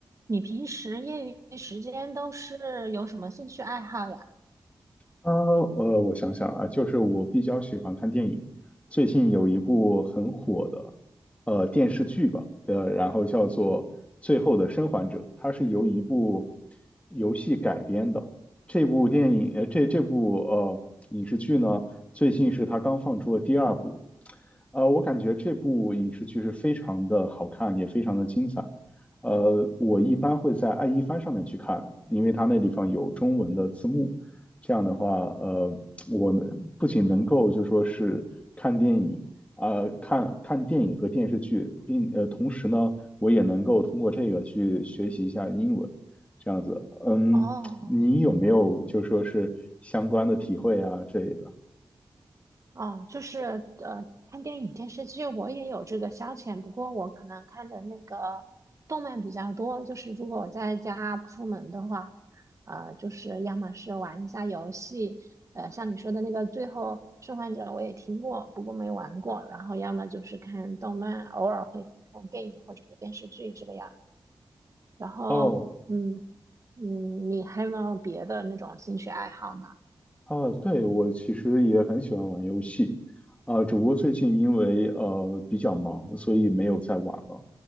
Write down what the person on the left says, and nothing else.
啊，呃，我想想啊，就是我比较喜欢看电影。最近有一部很火的，呃，电视剧吧，呃，然后叫做《最后的生还者》，它是由一部游戏改编的。这部电影，呃，这这部呃影视剧呢，最近是它刚放出的第二部。呃，我感觉这部影视剧是非常的好看，也非常的精彩。呃，我一般会在爱一番上面去看，因为它那地方有中文的字幕。这样的话，呃，我不仅能够就说是看电影啊呃看看电影和电视剧，并呃，同时呢，我也能够通过这个去学习一下英文，这样子。嗯，
你有没有就说是相关的体会啊之类的？
哦，
啊，对，我其实也很喜欢玩游戏，啊，只不过最近因为呃比较忙，所以没有再玩了。